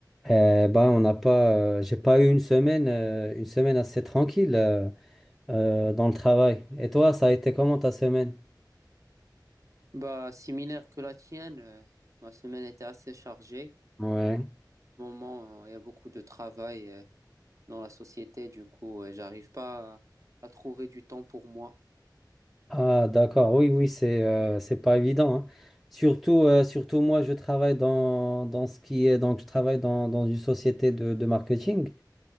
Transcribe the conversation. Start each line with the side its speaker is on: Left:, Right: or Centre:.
Centre: Eh ben, on n'a pas, euh, j'ai pas eu une semaine, euh, une semaine assez tranquille euh, euh, dans le travail. Et toi, ça a été comment ta semaine?
Right: Bah, similaire que la tienne, euh, ma semaine était assez chargée.
Centre: Ouais.
Right: Au moment, euh, il y a beaucoup de travail euh, dans la société, du coup, euh, j'arrive pas à, à trouver du temps pour moi.
Centre: Ah, d'accord. Oui, oui, c'est euh, c'est pas évident. hein. Surtout, euh, surtout moi, je travaille dans, dans ce qui est donc je travaille dans, dans une société de, de marketing.